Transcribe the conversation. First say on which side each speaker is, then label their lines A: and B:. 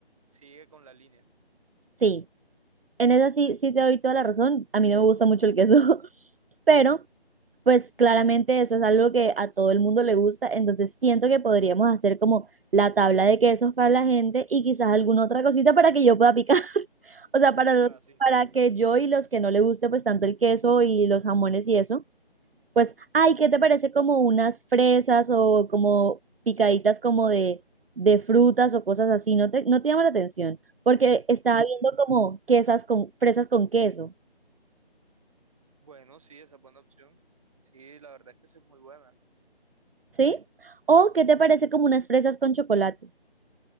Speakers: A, on the right (about 35°); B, on the right (about 65°).
A: sigue con la línea.
B: Sí, en esa sí, sí te doy toda la razón, a mí no me gusta mucho el queso, <laughs> pero pues claramente eso es algo que a todo el mundo le gusta, entonces siento que podríamos hacer como la tabla de quesos para la gente y quizás alguna otra cosita para que yo pueda picar. O sea,
A: <laughs>
B: para
A: Ajá,
B: los,
A: sí,
B: para
A: sí.
B: que yo y los que no le guste pues tanto el queso y los jamones y eso, pues, ay, ¿qué te parece como unas fresas o como picaditas como de, de frutas o cosas así? No te, no te llama la atención, porque estaba
A: Mm,
B: viendo como quesas con, fresas con queso,
A: bueno, sí, esa es buena opción. Sí, la verdad es que esa es muy buena.
B: ¿sí? O ¿qué te parece como unas fresas con chocolate?